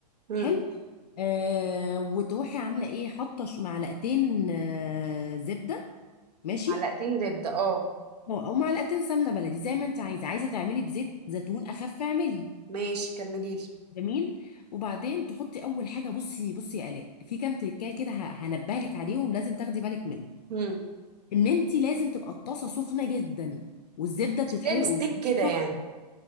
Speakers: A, on the right (about 70°); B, on the left (about 70°).
A: هم
B: حلو آه وتروحي عامله ايه حاطه ش- معلقتين آه زبده ماشي
A: معلقتين زبدة اه
B: او أو معلقتين سمنه بلدي زي ما انت عايزه عايزه تعملي بزيت زيتون اخف اعملي
A: ماشي كملي لي
B: جميل وبعدين تحطي اول حاجه بصي بصي يا الاء في كام تركايه كده ه- هنبهلك عليهم لازم تاخدي بالك منهم
A: هم
B: ان انت لازم تبقى الطاسه سخنه جدا والزبده
A: مش
B: بتتحرق
A: ده الستيك
B: والطاسة-
A: كده يعني
B: سخنة.